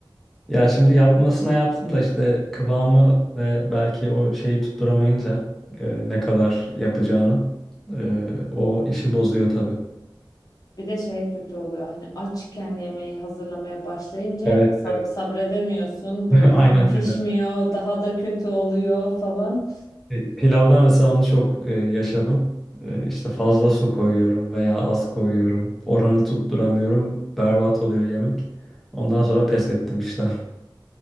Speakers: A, in the centre; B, on the left.
A: Ya şimdi yapmasına yaptım da işte kıvamı ve belki o şeyi tutturamayınca eee, ne kadar yapacağını eee, o işi bozuyor tabii.
B: Bir de şey kötü oluyor. Hani açken yemeği hazırlamaya başlayınca
A: Evet,
B: sab-
A: evet.
B: sabredemiyorsun. Böyle
A: <laughs> Aynen
B: tam pişmiyor,
A: öyle.
B: daha da kötü oluyor falan.
A: E, Pilavda mesela onu çok e, yaşadım. E, işte fazla su koyuyorum veya az koyuyorum. Oranı tutturamıyorum. Berbat oluyor yemek. Ondan sonra pes ettim işte. <laughs>